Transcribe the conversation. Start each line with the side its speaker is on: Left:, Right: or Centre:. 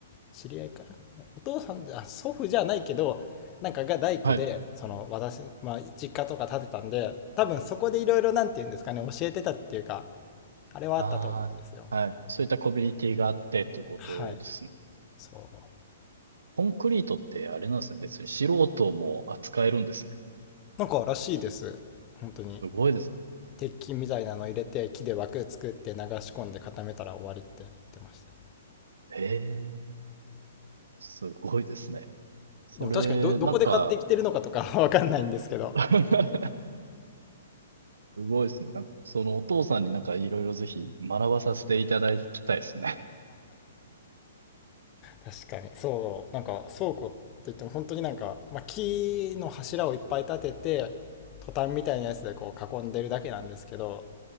Left: 知り合いかなお父さんで、あ、祖父じゃないけど、なんかが大工で、
Right: はい。
Left: その私、まあ、実家とか建てたんで、多分そこでいろいろなんて言うんですかね、教えてたっていうか、あれはあったと思うんですよ。
Right: ああ、はい。そういったコミュニティがあってっていうことですね。
Left: はい。そう。
Right: コンクリートってあれなんですね。別に素人も扱えるんですね。
Left: なんからしいです。本当に。
Right: すごいですね。
Left: 鉄筋みたいなの入れて木で枠作って流し込んで固めたら終わりって言ってました
Right: へえ、すごいですね。それ、
Left: でも確かにどどこで買ってきてるのかとかわかんないんですけど
Right: なんか、<laughs> すごいですね。なんかそのお父さんになんかいろいろぜひ学ばさせていただきたいですね。
Left: 確かにそうなんか倉庫って言っても本当になんか、まあ、木の柱をいっぱい立ててトタンみたいなやつでこう囲んでるだけなんですけど